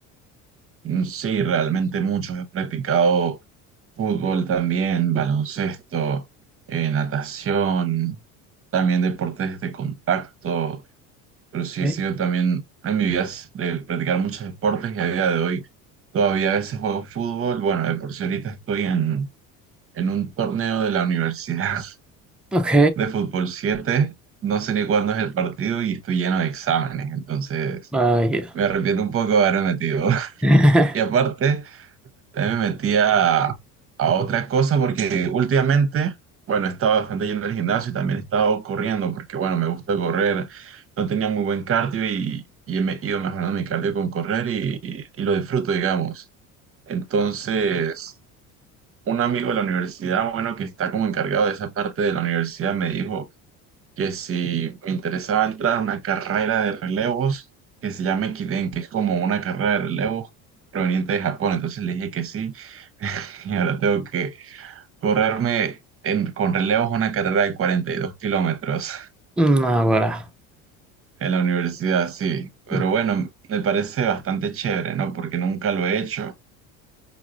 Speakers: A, on the right; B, in the centre.
A: Mm, Sí, realmente muchos. He practicado fútbol también, baloncesto, eh, natación, también deportes de contacto, pero sí
B: ¿Eh?
A: he sido también en mi vida s- de practicar muchos deportes y a día de hoy todavía a veces juego fútbol. Bueno, de por sí ahorita estoy en, en un torneo de la universidad <laughs>
B: Ok,
A: de fútbol siete No sé ni cuándo es el partido y estoy lleno de exámenes, entonces
B: ah, ya.
A: me arrepiento un poco de haberme metido. <laughs>
B: <laughs>
A: Y aparte... También me metí a, a otra cosa porque últimamente, bueno, he estado bastante yendo al gimnasio y también he estado corriendo porque, bueno, me gusta correr. No tenía muy buen cardio y, y me he ido mejorando mi cardio con correr y, y- y lo disfruto, digamos. Entonces, un amigo de la universidad, bueno, que está como encargado de esa parte de la universidad, me dijo que si me interesaba entrar a una carrera de relevos que se llama Kiden, que es como una carrera de relevos proveniente de Japón. Entonces le dije que sí. <laughs> Y ahora tengo que Correrme en, con relevos una carrera de 42 kilómetros
B: Mm, Ahora,
A: en la universidad, sí. Pero
B: mm,
A: bueno, me parece bastante chévere, ¿no? Porque nunca lo he hecho